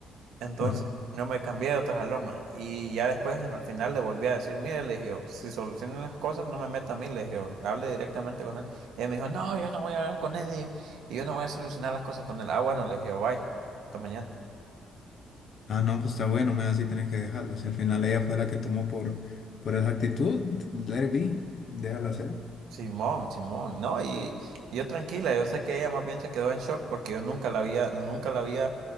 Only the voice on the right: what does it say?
Entonces
no me cambié de otro jalón, man. Y ya después en el final le volví a decir, mire, le dije, yo, si solucionan las cosas, no me meta a mí, le dije, yo, hable directamente con él. Y él me dijo, no, yo no voy a hablar con él y y yo no voy a solucionar las cosas con él. Ah, bueno, le dije, yo, bye, hasta mañana.
Simón, Simón, no, y, y yo tranquila, yo sé que ella más bien se quedó en shock porque yo nunca la había, nunca la había,